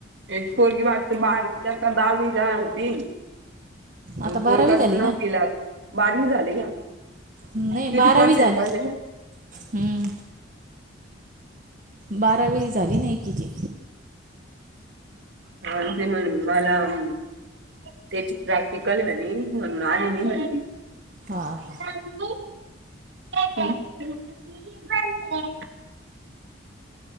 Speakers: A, on the right; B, on the right.
A: एक पोरगी वाटते बारवीला काय दहावीला होती. पण
B: आता बारावी
A: पोरगा
B: झाली
A: नववीला
B: ना
A: बारवी झाली का?
B: नाही
A: किती
B: बारावी
A: पर्सेंट
B: झाली
A: पडले का?
B: हम्म. बारावी झाली नाही एकिचीे.
A: हा ते म्हण मला म्हणनं. तेची प्रॅक्टिकल मनी म्हणून आली नी म्हणती. <unintelligible>
B: हा हा